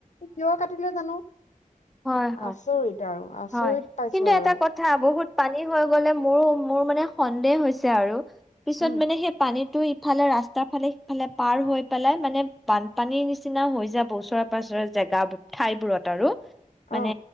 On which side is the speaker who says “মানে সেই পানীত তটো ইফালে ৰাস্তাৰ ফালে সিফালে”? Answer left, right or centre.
Centre